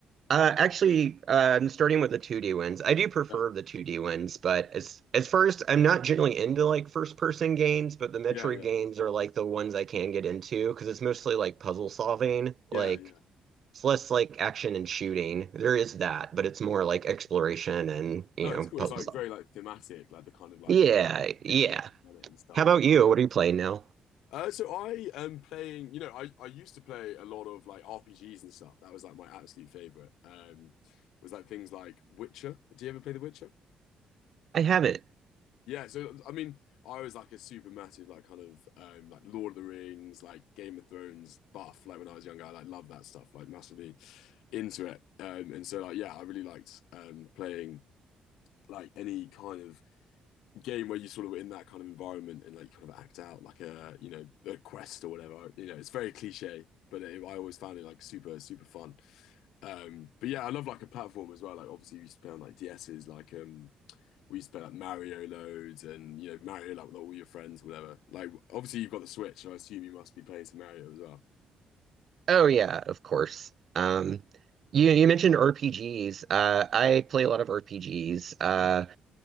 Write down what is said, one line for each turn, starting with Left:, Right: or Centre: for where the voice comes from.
Right: Uh, actually, uh, I'm starting with the 2D ones. I do prefer
Left: Yeah.
Right: the 2D ones, but as as first, I'm not generally into like first person games, but the Metroid
Left: Yeah, yeah.
Right: games are like the ones I can get into because it's mostly like puzzle solving.
Left: Yeah,
Right: Like
Left: yeah.
Right: it's less like action and shooting. There is that, but it's more like exploration and you
Left: No,
Right: know
Left: it's cool.
Right: puzzle
Left: It's like
Right: solving.
Left: very like thematic, like the kind of like
Right: Yeah, yeah.
Left: yeah and stuff.
Right: How about you? What are you playing now?
Left: Uh, so I am playing, you know, I, I used to play a lot of like RPGs and stuff. That was like my absolute favorite. Um, was like things like Witcher. Do you ever play The Witcher?
Right: I haven't.
Left: Yeah. So I mean, I was like a super massive like kind of um like Lord of the Rings, like Game of Thrones buff. Like when I was younger, I like loved that stuff, like massively into it. Um, and so like yeah, I really liked um playing like any kind of game where you sort of in that kind of environment and like kind of act out like a you know a quest or whatever. You know, it's very cliche, but it, I always found it like super super fun. Um, but yeah, I love like a platform as well. Like obviously we used to play on like DSs, like um we used to play like Mario loads and you know Mario like with all your friends, whatever. Like obviously you've got the Switch, so I assume you must be playing some Mario as well.
Right: Oh yeah, of course. Um, you you mentioned RPGs. Uh, I play a lot of RPGs. Uh,
Left: Ooh.